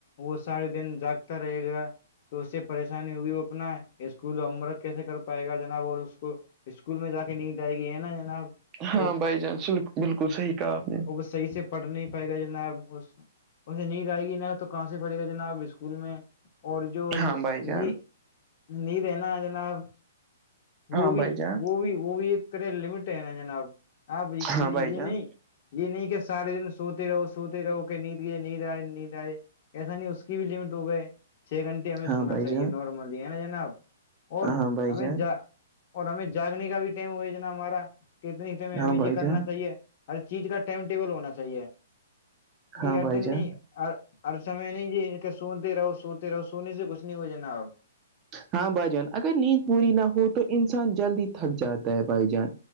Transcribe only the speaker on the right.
ہاں
بائی جان بالکل صحیح کہا آپ نے
ہاں بھائی جان
ہاں
بھائی جان
ہاں
بھائی جان
ہاں
بھائی
جان
ہاں بھائی
جان
ہاں
بھائی
جان
ہاں
بھائی
جان
ہاں بھای جان اگر نیند پوری نہ ہو تو انسان جلدی تھک جاتا ہے بھای جان